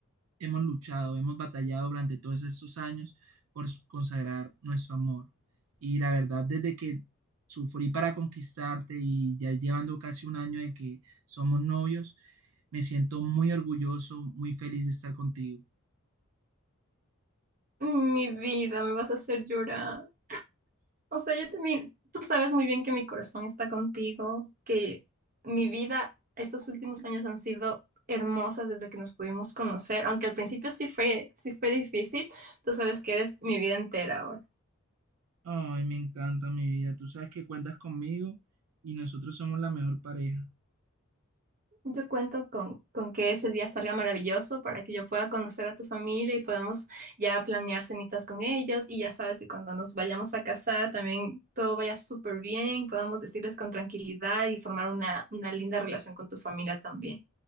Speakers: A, on the right; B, on the right.
A: hemos luchado, hemos batallado durante todos estos años por s- consagrar nuestro amor. Y la verdad, desde que sufrí para conquistarte y ya llevando casi un año de que somos novios, me siento muy orgulloso, muy feliz de estar contigo.
B: mi vida, me vas a hacer llorar. O sea, yo también, tú sabes muy bien que mi corazón está contigo, que mi vida, estos últimos años han sido hermosas desde que nos pudimos conocer, aunque al principio sí fue, sí fue difícil, tú sabes que eres mi vida entera ahora.
A: Ay, me encanta mi vida. Tú sabes que cuentas conmigo y nosotros somos la mejor pareja.
B: Yo cuento con, con que ese día salga maravilloso para que yo pueda conocer a tu familia y podamos ya planear cenitas con ellos y ya sabes que cuando nos vayamos a casar también todo vaya súper bien, podamos decirles con tranquilidad y formar una, una linda relación con tu familia también.